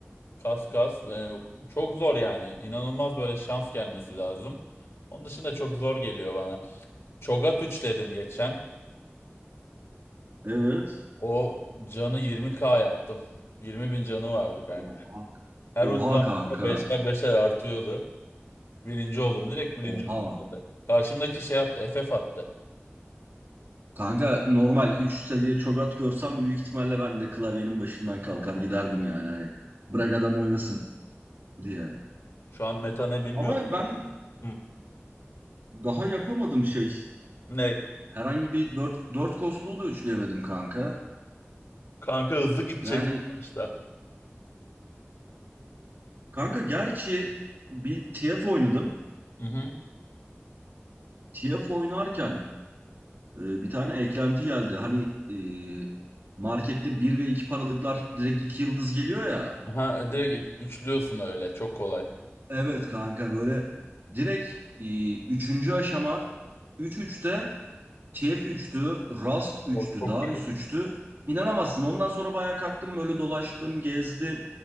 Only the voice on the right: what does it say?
Evet.
Oha.
Oha
kanka.
Oha.
Kanka normal 3 seviye çogat görsem büyük ihtimalle ben de klavyenin başından kalkar giderdim yani. Hani bırak adam oynasın diye.
Ama ben
daha yapamadım şey.
Herhangi bir dört, dört kosluğu da üçleyemedim kanka.
Yani
kanka gerçi bir TF oynadım.
TF oynarken e, bir tane eklenti geldi. Hani e, markette bir ve 2 paralıklar direkt 2 yıldız geliyor ya.
Evet kanka böyle direkt e, 3. aşama üç üçte. tf üçtü, Rust üçtü,
Darius
3'tü. İnanamazsın. Ondan sonra bayağı kalktım böyle dolaştım, gezdim.